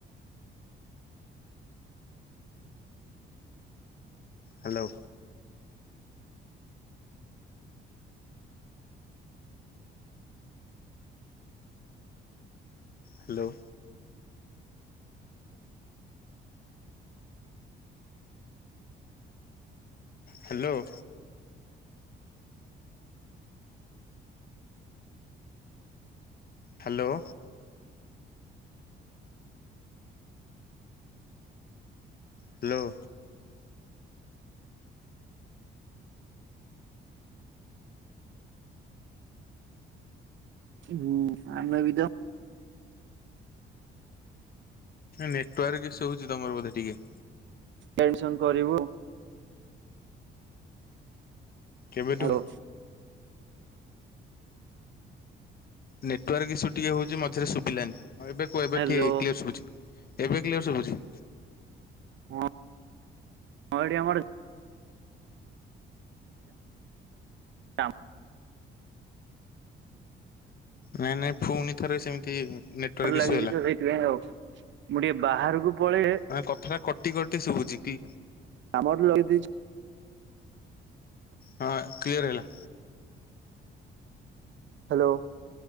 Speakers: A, on the left; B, on the right.
A: Hello. Hello. Hello. Hello. Hello.
B: ହୁଁ ଆମେ ବିତ
A: ନେଟୱାର୍କ ଇସୁ ହଉଛି ତମର ବୋଧେ ଟିକେ?
B: ଟେନସନ କରିବ।
A: କେବେଠୁ?
B: ହ୍ୟାଲୋ
A: ନେଟୱାର୍କ ଇସ୍ୟୁ ଟିକେ ହଉଛି ମଝିରେ ଶୁବିଲାନି ଏବେ ଏବେ
B: ହ୍ୟାଲୋ
A: କ୍ଲିୟର ଶୁବୁଛି ଏବେ କ୍ଲିୟର ଶୁଭୁଛି।
B: ହଁ -ହଁ ଏଠି ଆମର ଆାମ
A: ନାଇଁ ନାଇଁ ପୁଣି ଥରେ ସେମିତି ନେଟୱାର୍କ
B: ଭ ଲାଗିଛି
A: ଇସୁ ହେଲା।
B: ତ ସେଇଥିପାଇଁ ଆଉ ମୁଁ ଟିକେ ବାହାରକୁ ପଳେ
A: ନା କଥାଟା କଟି କଟି ଶୁଭୁଛି କି
B: ଆମର ଲଗେଇ ଦେଇେଇଛୁ
A: ହଁ କ୍ଲିୟର ହେଲା।
B: ହ୍ୟାଲୋ।